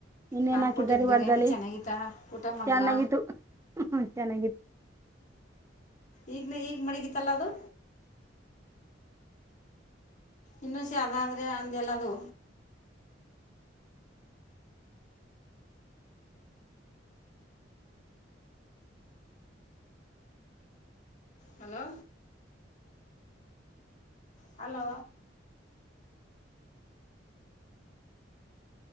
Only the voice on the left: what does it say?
ನಾನ
ಕೊಟ್ಟಿದ್ದ ಬಿರಿಯಾನಿ
ಚೆನ್ನಾಗಿತ್ತ ಊಟ ಮಾಡಿದ್ರ
ಈಗ ನ ಈಗ ಹಗ್ ಮಣಗತ್ತಲ್ಲ ಅದು ಇನ್ನು ಸ ಅದಂದ್ರೆ ಅಂದೆಲ್ಲದು ಹಲೋ ಹಲೋ